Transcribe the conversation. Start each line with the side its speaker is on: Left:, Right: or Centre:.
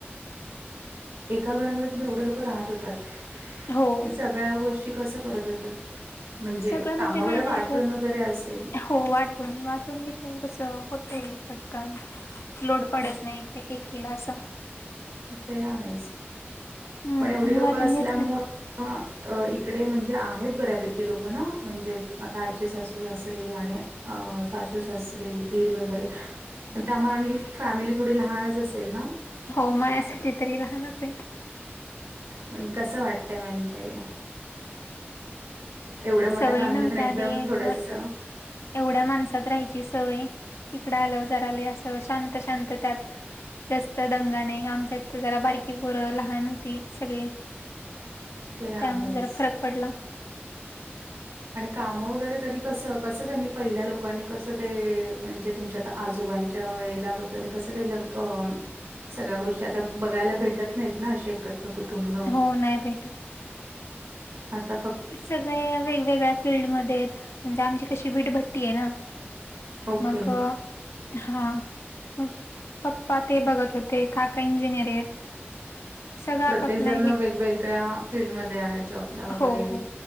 Right: एका घरामध्ये तुम्ही एवढे लोक राहत होतात
Left: हो
Right: सगळ्या गोष्टी कसं करत होतात? म्हणजे
Left: सगळं
Right: काम
Left: म्हणजे
Right: वगैरे
Left: मॅनेज
Right: वाटून वगैरे असेल
Left: हो वाटून वाटून घेतले कसं होतय पटकन. लोड पडत नाही, का एकीला असा.
Right: ते आहेच
Left: हम्म
Right: पण एवढी
Left: आणि
Right: लोक
Left: वाटून
Right: असल्यामुळ
Left: घेतलं
Right: अ इकडे म्हणजे आहेत बऱ्यापैकी लोक ना म्हणजे आता आजीे सासू सासरे आणि अं सासू सासरे दीर वगैरे त्या मानाने ही फॅमिली थोडी लहानच असेल ना.
Left: हो मायासाठी तरी लहानच आहे.
Right: पण कसं वाटतय म्हणजे. एवढ्या मोठ्या
Left: सवय
Right: फॅमिली
Left: नव्हत्या
Right: पण एकदम
Left: आधी एक
Right: थोडस.
Left: एवढ्या माणसात राहायची सवय इकड आल्यावर जरा लई असं शांत शांत त्यात जास्त दंगा नाही आमच्या इथं जरा बारकी पोरं लहान होती सगळी.
Right: ते
Left: त्यामुळ
Right: आहेच
Left: जरा फरक पडला.
Right: आणि काम वगैरे तरी कस कसं त्यांनी पहिल्या लोकांनी कसं ते म्हणजे तुमच्यात. आजोबांच्या वेळेला वगैरे कसं का अ सगळ्या गोष्टी आता बघायला भेटत नाहीत ना असे एक कुटुंब
Left: हो नाही भेटत
Right: आता फ
Left: सगळे वेगवेगळ्या फिल्डमध्ये आहेत म्हणजे आमची कशी वीटभट्टी आहे ना.
Right: ओके.
Left: मग हा म पण प्पा ते बघत होते काका इंजिनिअर आहेत. सगळं
Right: प्रत्येक
Left: आपापल्या
Right: जण
Left: हे
Right: वेगवेगळ्या फीलल्डमध्ये आहे जॉबला वगैरे.
Left: हो हो